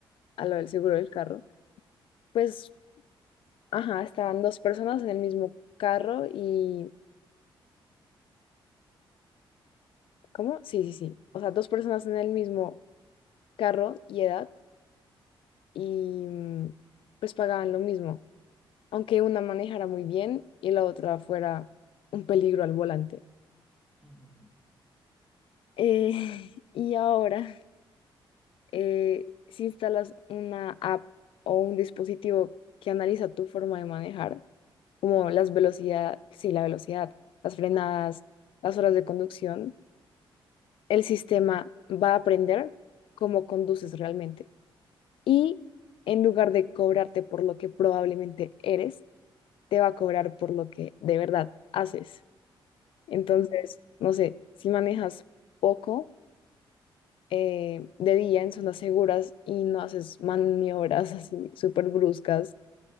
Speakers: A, on the left; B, in the centre.
A: a lo del seguro del carro, pues, ajá, estaban dos personas en el mismo carro y, ¿cómo? Sí, sí, sí. O sea, dos personas en el mismo carro y edad y mm, pues pagaban lo mismo. aunque una manejara muy bien y la otra fuera un peligro al volante.
B: <laughs> Ujú.
A: Eh, <laughs> y ahora, eh, si instalas una app o un dispositivo que analiza tu forma de manejar, como las velocidades, sí, la velocidad, las frenadas, las horas de conducción, el sistema va a aprender cómo conduces realmente. Y en lugar de cobrarte por lo que probablemente eres, te va a cobrar por lo que de verdad haces. Entonces,
B: Mm.
A: no sé, si manejas poco eh, de día en zonas seguras y no haces maniobras <laughs> así súper bruscas,